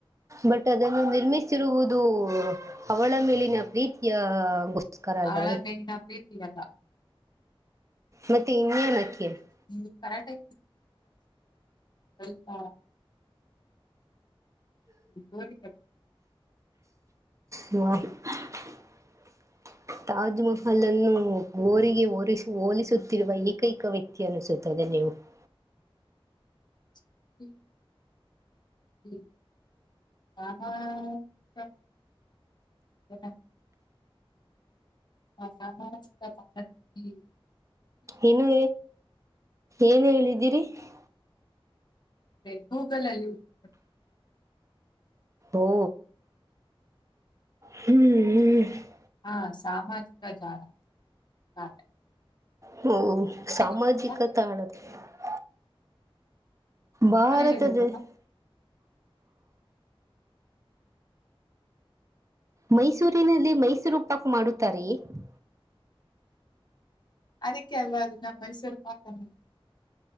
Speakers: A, on the right; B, on the left.
A: ಬಟ್ ಅದನ್ನು ನಿರ್ಮಿಸಿರುವುದು ಅವಳ ಮೇಲಿನ ಪ್ರೀತಿಯ ಹು <unintelligible> ನಮಸ್ಕಾರ ಅಲ್ಲವೇ
B: ಆಳಮೇಲಿನ ಪ್ರೀತಿ ಅಲ್ಲ
A: ಮತ್ತೆ ಇನ್ನೇನಕ್ಕೆ. <unintelligible>
B: ನಿಂದು ಕರಾಟೆ ಸ್ವಲ್ಪ. <inaudible> <inaudible>
A: ನೋ ಅದು. <unintelligible> ತಾಜ್ ಮಹಲ್ ಅನ್ನು ಗೋರಿಗೆ ಹೋರಿಸಿ ಹೋಲಿಸುತ್ತಿರುವ ಏಕೈಕ ವ್ಯಕ್ತಿ ಅನ್ನಿಸುತ್ತದೆ ನೀವು. <unintelligible>
B: ಹ್ಮ. <unintelligible> ಹ್ಞ ಸ್ಥಾನಕ್ಕ. <unintelligible> ಹೌದ. <unintelligible> ಆ ಸಾಮಾಜಿಕ ಜಾಲ ಹಂ. <unintelligible>
A: ಇನ್ನು ಏನ್ ಹೇಳಿದ್ದೀರಿ. <unintelligible>
B: ಏ ಗೂಗಲಲ್ಲಿ ಹುಡ್ <unintelligible>
A: ಓ ಹ್ಮ್ ಹ್ಮ್. <unintelligible>
B: ಹಾ ಸಾಮಾಜಿಕ ಜಾಲ ಹಾ. <unintelligible>
A: ಹ್ಮ ಸಾಮಾಜಿಕ
B: ಹೇಳಿದ
A: ತಾಳದಲ್ಲಿ. <unintelligible> ಭಾರತ
B: ಕರೆ ಹೇಳಿದ
A: ದೇಶ.
B: ನಮ್ಮ
A: <unintelligible> ಮೈಸೂರಿನಲ್ಲಿ ಮೈಸೂರು ಪಾಕ್ ಮಾಡುತ್ತಾರೇ. <unintelligible>
B: ಅದಕ್ಕೆ ಅಲ್ವಾ ಅದನ್ನ ಮೈಸೂರು ಪಾಕ ಅನುದು. <unintelligible>